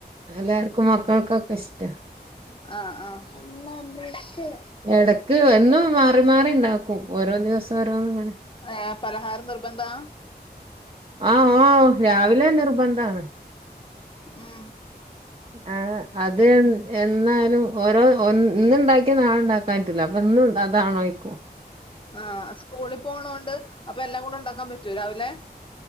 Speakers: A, on the right; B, on the left.
A: എല്ലാവർക്കും മക്കൾക്കെ ഇഷ്ട്ടവ
B: ആഹ് ആഹ് അമ്മുമ്മേ ബ്രഷ്
A: എടക്ക് എന്നും മാറി മാറി ഇണ്ടാക്കും ഓരോ ദെവസം ഓരോന്ന് ഇങ്ങനെ -
B: ഏ പലഹാരം നിർബന്ധവാ
A: ആഹാ ആഹാ ഓ രാവിലെ നിർബന്ധാണ്
B: ഉം
A: ആഹ് അത് എന്നാലും ഓരോ ഇന്ന് ഇണ്ടാക്കിയ നാള ഉണ്ടാക്കാൻ പറ്റില്ല അപ്പൊ ഇന്ന് ഉണ്ടാക്കാൻ നോക്കും
B: ആ സ്കൂളിൽ പോണൊണ്ട് അപ്പൊ എല്ലാം കൂടെ ഒണ്ടാക്കാൻ പറ്റൂവോ രാവിലെ